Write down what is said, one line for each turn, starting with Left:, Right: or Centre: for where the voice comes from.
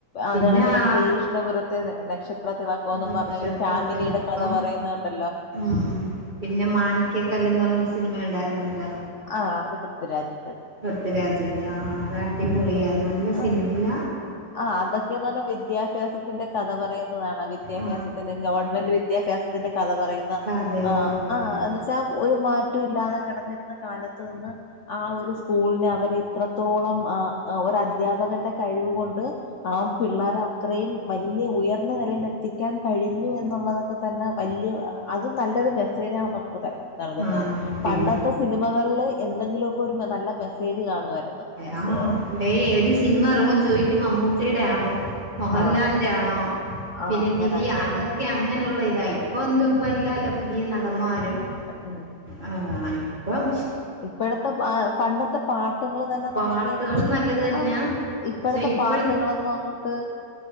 Left: അതേ
Right: പിന്നെ
Left: കണക്ക്തന്നെ
Right: ആ
Left: ശ്രീകൃഷ്ണപുരത്തെ നക്ഷത്രത്തിള - പോന്നും
Right: നക്ഷത്രത്തിളക്കം
Left: പറഞ്ഞ് ഒരു ഫാമിലിയുടെ കഥ പറയുന്ന കണ്ട്
Right: ഉം പിന്നെ മാണിക്കക്കല്ലെന്ന് പറഞ്ഞ ഒ- സിനിമ ഉണ്ടായിരുന്നു ഇല്ല
Left: ആ അത് പൃഥ്വിരാജിന്റെത്
Right: പൃഥ്വിരാജിന്റെ ആ അത് അടിപൊളിയ നല്ല
Left: ആഹ്
Right: സീൻല്ല
Left: ആ അതൊക്കെന്ന് പറഞ്ഞാ വിദ്യാഭ്യാസത്തിന്റെ കഥ പറയുന്നതാണ് വിദ്യാഭ്യാസത്തിന്റെ
Right: ആ
Left: ഗവൺമെന്റ് വിദ്യഭ്യാസത്തിന്റെ കഥ പറയുന്ന
Right: കഥകള്
Left: ആഹ്
Right: പറയുന്നത്
Left: ആഹ് എന്ന് വെച്ചാ ഒരു മാറ്റം ഇല്ലാത കടന്നിരുന്ന കാലത്ത് ന്ന് ആ ഒരു സ്കൂളിനെ അവർ എത്ര ത്തോളം ആ ഒരു അധ്യാപകന്റെ കഴിവ് കൊണ്ട്- കൊണ്ട് ആ പിള്ളേരെ അത്രയും വലിയ ഉയർന്ന നിലയിൽ എത്തിക്കാൻ കഴിഞ്ഞു എന്നുള്ളതൊക്കെ- തന്നെ വലിയ അതും - നല്ലയൊരു മെസ്സേജാണ് നമുക്ക് തരുന്നത് നൽകുന്നത്
Right: ആ പിന്നെ
Left: പണ്ടത്തെ സിനിമകളില് - എന്തെങ്കിലുമൊക്കെ ഒരു നല്ല മെസ്സേജ് കാണുമായിരുന്നു പക്ഷേ
Right: ആ ഇവിടേം ഏത് സിനിമ ഇറങ്ങുമ്പോൾ ചോദിക്കും മമ്മൂട്ടി- ടെയാണോ മോഹൻലാാലിന്റെ
Left: ആഹ്
Right: ആണോ
Left: ആഹ്
Right: പിന്നെ
Left: അങ്ങനെ
Right: ദിലി അതൊക്കെ അങ്ങനെയുള്ള ഇതാ ഇപ്പൊ എന്ത് ഇപ്പല്ല അല്ല പുതിയ നടന്മാ <unintelligible>
Left: ഉം
Right: ആഹ് <unintelligible> പ്ലം
Left: ഇപ്പോഴത്തെ ആഹ് പണ്ടത്തെ പാട്ടുക <unintelligible>
Right: പാട്ടുകളും
Left: നമുക്ക്
Right: നല്ലത് തന്നാ
Left: ആഹ് ഇപ്പോഴത്തെ
Right: പക്ഷെ ഇപ്പഴത്തെ
Left: പാട്ടുകളൊന്നും അങ്ങോട്ട്